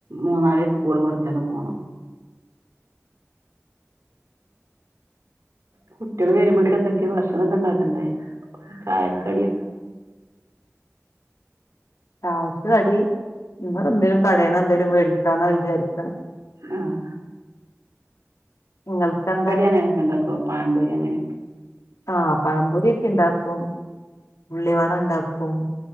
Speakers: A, on the right (about 80°); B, on the left (about 80°).
A: മൂന്നാളിമംസ് സ്കൂള് കുറചാട്ട് പോണം. കുട്ടികൾ വരുമ്പോയ്ക്ക് എന്തൊക്കെയ ഭക്ഷണംഒക്കെ ഉണ്ടാക്കണ്ടേ ചായക്കടി.
B: ചായക്ക്കടി ഇവിടെ എന്തെേലും കടേന്ന ന്തെലും മേടിക്കാന്ന വിചാരിക്ക്ണത്.
A: ആഹ
B: നിങ്ങൾക്ക് എന്താ
A: അങ്ങനെയൊക്കെ ഇണ്ടാക്കോ പഴംപൊരി അങ്ങനെയൊക്കെ
B: ആഹ പഴപൊരി ഒക്കെ ഉണ്ടാക്കും ഉള്ളി വട ഉണ്ടാക്കും.